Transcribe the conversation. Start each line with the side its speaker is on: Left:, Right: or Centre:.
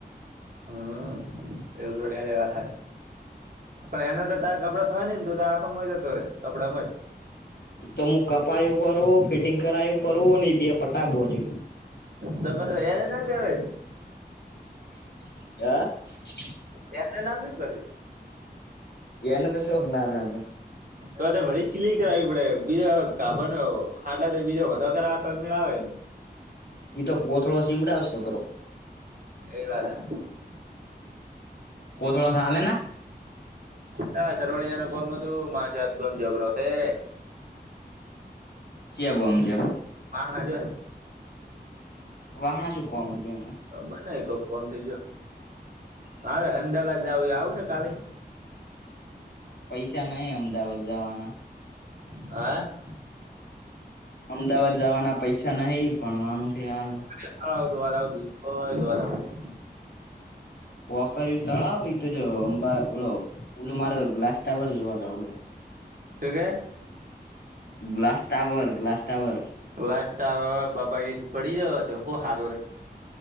Right: હમ એવ લડિયા જગા થાય. પણ એનો તો તારે કપડ થયો નનેને તો આખો મ જતો રે કપડાેમાં
Left: તો હું કપાવું ફરુ ફિટિંગ કરાવું ફરુ બે પટાબો હજુ
Right: ત એ ના પેાર
Left: હ
Right: એને ના થોઈ જ ભ
Left: એનો તો શોખ ના થાય તો
Right: તો ભ સિલાઈ કરાવવી પડે બીજા ગાબર હાટ બીજા ઓો કરાવ તો મેળવે ને
Left: ઈ તો કોથળો શિવડાવશે બરો
Right: એ વાત હ
Left: કો થોડાસા હલ ના
Right: હા સરવણિયા ન ગમ હતું માછત ગમ જોરો છે.
Left: ચે આ ગુંમજ
Right: વાહણા જો
Left: વાહણા ચૂકવાવામાં હતુ એને
Right: બને કોક કોમ થઈ ગયો હા અમદાવાાદ જવું આવું છે, કાલે
Left: પૈસા નહી અમદાવાદ જવાના
Right: <inaudible>
Left: અમદાવાદ જવાના પૈસા નહીિ પણવાનું છે, હાલ
Right: હ આવ તો વા આવું બિલકુલ વા આવું નહી.
Left: વોકરયું તળાવ તો જો અંબા ઓલો ઓલું મારે તો ગ્લાસ ટાવર જોવા દું
Right: શ કે
Left: glass tower glass tower
Right: last બાબાજી થી પડી ગયો હતો હું હાતો ર